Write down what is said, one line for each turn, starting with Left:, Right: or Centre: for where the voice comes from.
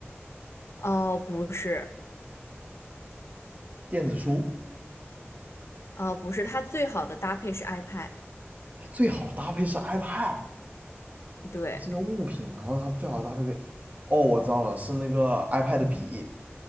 Left: 哦，不是，
Right: 电子书，
Left: 哦，不是，它最好的搭配是 iPad，
Right: 最好的搭配是 iPad。
Left: 对，
Right: 它是个物品，然后它最好的搭配配，哦，我知道了，是那个 iPad 笔